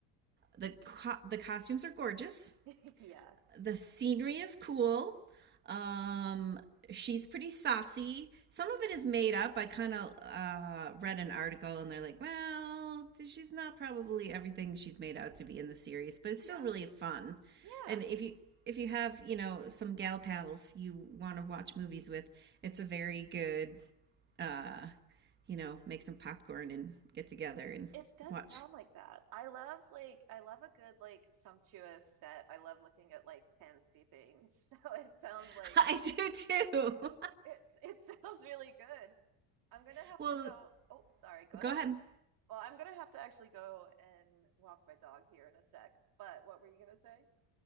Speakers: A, on the right (about 25°); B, on the right (about 50°).
A: The co- the costumes are gorgeous.
B: <laughs> Yeah.
A: the scenery is cool. Um, she's pretty saucy. Some of it is made up. I kind of uh, read an article and they're like, well, she's not probably everything she's made out to be in the series, but it's
B: Yeah.
A: still really fun.
B: Yeah.
A: And if you if you have, you know, some gal pals you want to watch movies with, it's a very good uh, you know, make some popcorn and get together and
B: It does
A: watch.
B: sound like that. I love like I love a good like sumptuous set. I love looking at like fancy things. <laughs> So it sounds
A: <laughs>
B: like
A: I do too.
B: it's it <laughs> sounds really good. I'm gonna
A: <laughs>
B: have
A: well,
B: to go. Oh, sorry, go ahead.
A: go ahead.
B: Well, I'm gonna have to actually go and walk my dog here in a sec. But what were you gonna say?